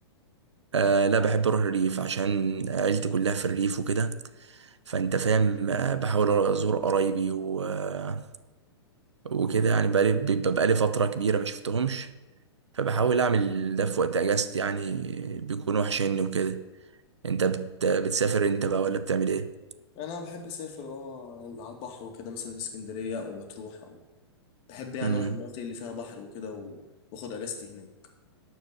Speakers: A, on the right; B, on the left.
A: آه لا بحب اروح الريف عشان عيلتي كلها في الريف وكده فانت فاهم آه بحاول ازور قرايبي و- آه، وكده يعني بقالي بيبقى بقالي فتره كبيره ما شفتهمش فبحاول اعمل ده في وقت اجازتي يعني بيكون وحشني وكده انت بت... بتسافر انت بقى ولا بتعمل ايه
B: انا بحب اسافر اه على البحر وكده مثلا اسكندرية او مطروح او بحب يعني
A: امم
B: اروح المناطق اللي فيها بحر وكده و- واخد اجازتي هناك